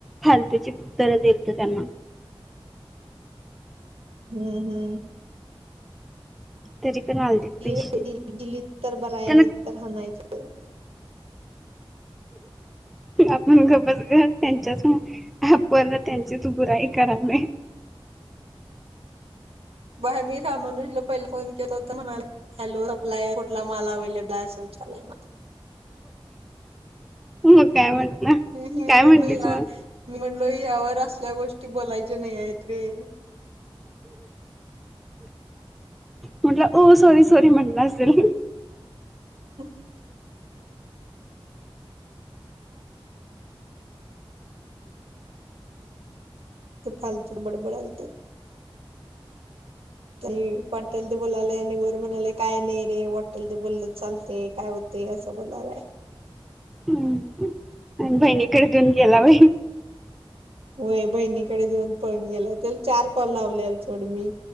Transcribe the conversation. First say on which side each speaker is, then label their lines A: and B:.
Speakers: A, in the centre; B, on the right (about 85°).
A: फालतू ची उत्तर दिलतो त्यांना.
B: हम्म. हम्म.
A: तरी पण आलते
B: दिली
A: पैसे.
B: दिल्लीत तर बराया,
A: त्यांना
B: नाही तर हाणायच. हो <unintelligible>
A: आपण घबजघत त्यांच्याच आपर्ण त्यांचीच बुराई करावे
B: बाई मी रामानुजला पहिले फोन केेत होत म्हणाल हॅलो सला कुठला माल अवलेबल आहे असं विचारलंय मला.
A: मग काय म्हण ना,
B: मी
A: काय
B: म्हणलो
A: म्हणतीस
B: या
A: मग?
B: मी म्हणलो ह्यावर असल्या गोष्टी बोलायच्या नाही आहेत रे.
A: म्हटलं सॉरी सॉरी म्हटलं असेल.
B: हम. ते फलतू तर बडे बडे्यालता. आणि वाटल ते बोलालाय आणि वर म्हणालेय काय नाही, रे वाटेल ते बोललं चालते काय होत असं बोलालाय.
A: हम्म आणि बहिणीकडे देऊन गेला बाई.
B: वय बहिणीकडे देऊन पळून गेला. त्या चार कॉल लावले सोड मी